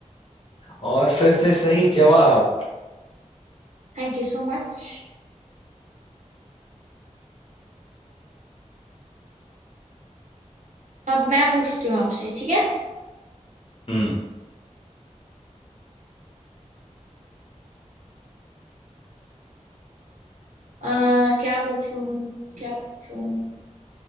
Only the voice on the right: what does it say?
Thank you so much अब मैं पूछती हूँ आपसे ठीक है
अ, क्या पूछूं क्या पूछूं